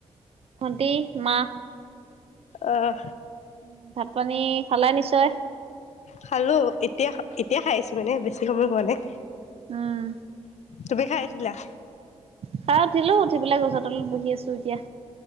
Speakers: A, on the right; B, on the left.
A: ভন্টি, মা।
B: অঁ।
A: উম ভাত- পানী খালে নিশ্চয়!
B: খালো, এতিয়া এতিয়া খাইছো মানে বেছি সময় হোৱা নাই।
A: উম।
B: তুমি খাই উঠিলা?
A: খাই উঠিলো, উঠি পেলাই গছৰ তলত বহি আছো এতিয়া।